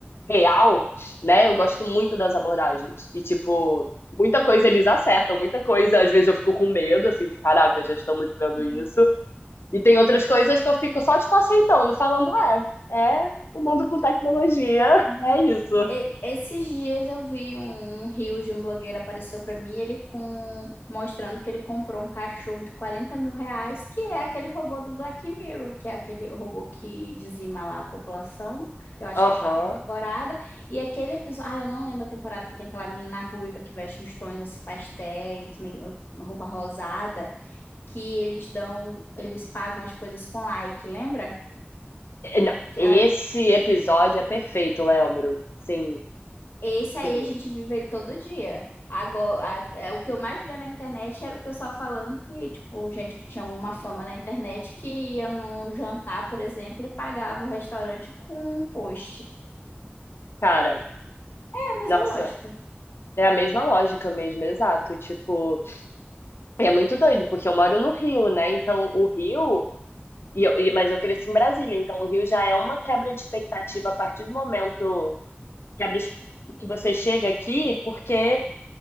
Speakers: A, on the left (about 80°); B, on the left (about 65°).
A: real, né? Eu gosto muito das abordagens e tipo Muita coisa eles acertam, muita coisa. Às vezes eu fico com medo, assim, de caraca, já estamos vendo
B: Uhum.
A: isso. E tem outras coisas que eu fico só, tipo, aceitando, falando, é, é o mundo com tecnologia,
B: E-
A: é isso.
B: E- Esses dias eu vi um um reel de um blogueiro apareceu pra mim, ele com mostrando que ele comprou um cachorro de quarenta mil reais, que é aquele robô do Black Mirror, que é aquele robô que dizima lá a população. Eu acho
A: Aham.
B: que é a quarta temporada. E aquele episódio, ah, eu não lembro a temporada que tem aquela menina ruiva que veste uns tons assim pastéis, meio roupa rosada, que eles dão, eles pagam as coisas com like, lembra?
A: Não,
B: Que
A: esse
B: a-
A: episódio é perfeito, Léomuro. Sim,
B: Esse aí
A: sim.
B: a gente vive ele todo dia. Agora, a- é, o que eu mais via na internet era o pessoal falando que, tipo, gente que tinha uma fama na internet que ia num jantar, por exemplo, e pagava o restaurante com um post.
A: Cara,
B: É a mesma
A: nossa,
B: lógica,
A: é a mesma lógica mesmo, exato. Tipo, é muito doido, porque eu moro no Rio, né? Então, o Rio. E eu- e- mas eu cresci em Brasília, então o Rio já é uma quebra de expectativa a partir do momento quebra es- que você chega aqui, porque